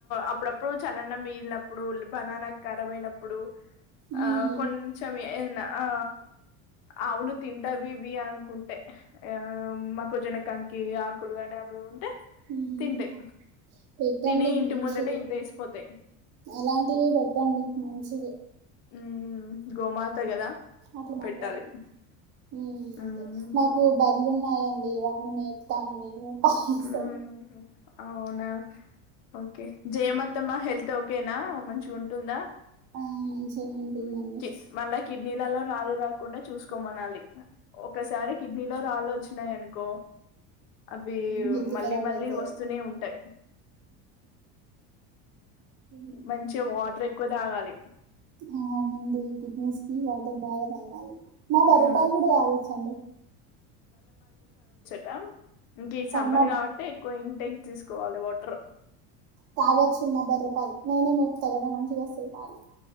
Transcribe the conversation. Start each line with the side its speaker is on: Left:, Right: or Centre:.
Left: అప్పుడప్పుడు చ్ చలనం మిగిలినప్పుడు బనానా ఖరాబ్ అయినప్పుడు
Right: మ్మ్.
Left: ఆ కొంచెం ఎం ఆ ఆవులు తింటవి ఇవి అనుకుంటే ఆ మాకు జోన కంకి ఆకులు అనే అవి ఉంటే
Right: మ్మ్.
Left: తింటాయి
Right: పెట్టండి
Left: తిని
Right: మనిషిది
Left: ఇంటి ముందట ఇంతేసిపోతాయి
Right: అలాంటివి పెట్టండి మంచిది
Left: ఉ గోమాత కదా
Right: అట్లా మాట్లాడడి
Left: పెట్టాలి
Right: ఉమ్
Left: మ్మ్
Right: అదే మాకు బరులున్నాయా డి వాటిని మేపుతాను నేను పాలిస్తాను
Left: ఉంహు అవునా ఓకే జయమత్తమా హెల్త్ ఓకేనా మంచిగా ఉంటుందా
Right: ఆ, మంచిగానే ఉంటుందండి
Left: ఉమ్ మళ్ళా కిడ్నీలలో రాలు రాకుండా చూసుకోమనాలి ఒకసారి కిడ్నీలో రాళ్ళు వచ్చినాయి అనుకో వేరు
Right: హెల్త్
Left: మళ్ళీ
Right: ఖరాబ్
Left: మళ్ళీ
Right: అవుతది
Left: వస్తూనే ఉంటాయి
Right: అవునండి
Left: మంచిగా వాట్ర్ ఎక్కువ తాగాలి
Right: ఆ అవునండి కిడ్నీస్ కి వాటర్ బాగా తాగాలి మా బర్రపాల్
Left: మ్మ్
Right: గూడా తాగచ్చండి.
Left: దా ఇంక ఇద్ సమ్మర్
Right: మా
Left: గాబట్టి ఎక్కువ ఇంటేక్ చేసుకోవాలె వాట్ర్
Right: తాగొచ్చు మా బర్రె పాలు, నేనే మేపుతా గాదా మంచిగోస్తయ్ పాలు.